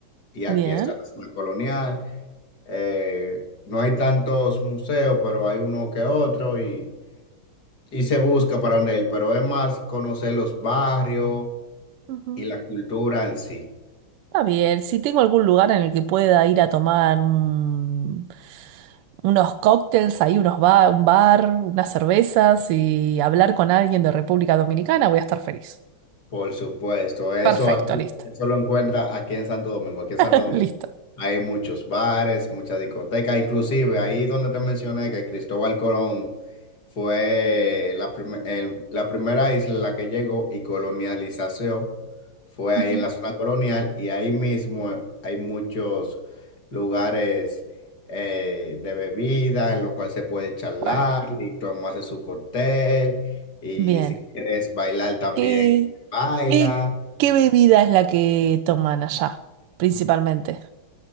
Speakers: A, on the left (about 50°); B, on the right (about 85°).
A: Y aquí
B: bien.
A: está la zona colonial. Eh, no hay tantos museos, pero hay uno que otro y, y se busca para dónde ir, pero es más conocer los barrios
B: Ujú.
A: y la cultura en sí.
B: Está bien, si tengo algún lugar en el que pueda ir a tomar un unos cócteles, ahí unos ba- un bar, unas cervezas y hablar con alguien de República Dominicana, voy a estar feliz.
A: Por supuesto, eso
B: Perfecto,
A: aquí,
B: listo.
A: eso lo encuentra aquí en Santo Domingo. Aquí en
B: <laughs>
A: Santo Domingo.
B: Listo.
A: Hay muchos bares, muchas discotecas, inclusive ahí donde te mencioné que Cristóbal Colón fue la, prim- el- la primera isla en la que llegó y colonialización fue
B: Ujú.
A: ahí en la zona colonial y ahí mismo eh, hay muchos lugares eh, de bebida en lo cual se puede charlar
B: Bueno,
A: y tomarse su cóctel y
B: bien.
A: si quieres bailar también,
B: ¿Qué,
A: baila.
B: qué, qué bebida es la que toman allá, principalmente?